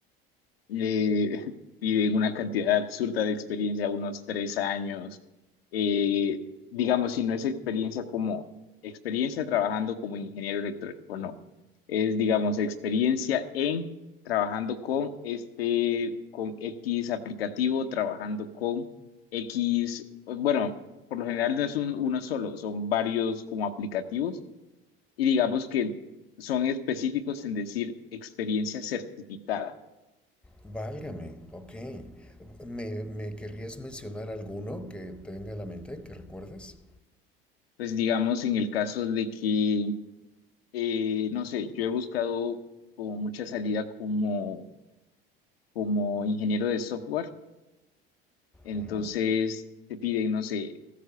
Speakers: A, on the left (about 80°); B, in the centre.
A: eh, <laughs> piden una cantidad absurda de experiencia, unos tres años. Eh, digamos, si no es experiencia como experiencia trabajando como ingeniero electrónico, no. Es, digamos, experiencia en trabajando con este, con X aplicativo, trabajando con X, bueno, por lo general no es un- uno solo, son varios como aplicativos y digamos que son específicos en decir experiencia certificada.
B: Válgame, ok. ¿Me, me querrías mencionar alguno que tenga en la mente, que recuerdes?
A: Pues digamos en el caso de que, eh, no sé, yo he buscado como mucha salida como, como ingeniero de software, entonces
B: Ujú.
A: te piden, no sé,